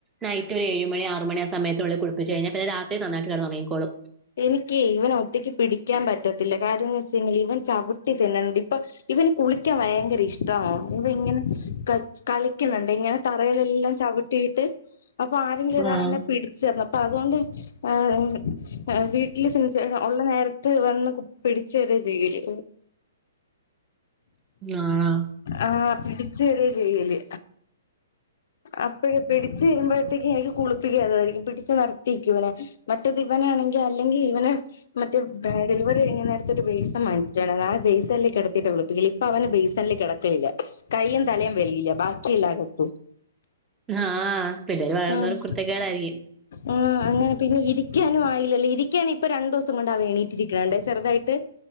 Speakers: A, on the right; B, on the left.
A: നൈറ്റ് ഒരു ഏഴ്മണി ആറ്മണി ആ സമയത്തിനുള്ളി കുളപ്പിച്ച് കഴിഞ്ഞാൽ പിന്നെ രാത്രി നന്നായിട്ട് കെടന്നൊറങ്ങിക്കോളും
B: എനിക്കേ ഇവനെ ഒറ്റയ്ക്ക് പിടിക്കാൻ പറ്റത്തില്ല കാരണം ന്ന്വെച്ച്കഴിഞ്ഞ ഇവൻ ചവിട്ടി തെന്നൽ ഇപ്പം ഇവന് കുളിക്കാൻ ഭയങ്കര ഇഷ്ടണ് ഇവൻ ഇങ്ങനെ കളി കളിക്കണ് ണ്ട് ഇങ്ങനെ തറേലെല്ലാം ചവിട്ടിയിട്ട് അപ്പൊ ആരെങ്കിലും ഒരാള്
A: ആഹ്
B: എന്നെ പിടിച്ചേർണം അപ്പ അതുകൊണ്ട് ആ എങ്ങ് വീട്ടില് സുവിച്ചെ ഒള്ള നേരത്ത് വന്ന് പിടിച്ച് തരുവ ചെയ്യല്
A: ആഹ്
B: ആ പിടിച്ച് തരിയ ചെയ്യല് അപ്പഴ് പിടിച്ച് തരുമ്പഴ് ത്തേക്ക് എനിക്ക് കുളിപ്പിക്ക അതാരിക്കും പിടിച്ച് നിർത്തിക്കുവനെ മറ്റേത് ഇവനാണെങ്കി അല്ലെങ്കി ഇവനെ മറ്റേ ഡെലിവറി കഴിഞ്ഞ നേരത്ത് ഒരു ബെയ്സൻ മേടിച്ചിട്ടൊണ്ടാര്ന്ന് ആ ബേയ്സണില് കെടത്തിട്ട് കുളിപ്പിക്കല് ഇപ്പ അവന് ബേയ്സണില് കെടക്കേയില്ല കൈയ്യും തലയും വെളില് ബാക്കിയെല്ലാ അകത്തു
A: ആഹ് പിള്ളേര് വളരുന്തോറും
B: ആഹ്
A: കുരുത്തക്കേടായിരിക്കും
B: ആഹ് അങ്ങനെ പിന്നെ ഇരിക്കാനും ആയില്ലല്ല ഇരിക്കാനിപ്പ രണ്ടു ദിവസം കൊണ്ടാ അവ എണീറ്റിരിക്കണകണ്ടേ ചെറ്തായിട്ട്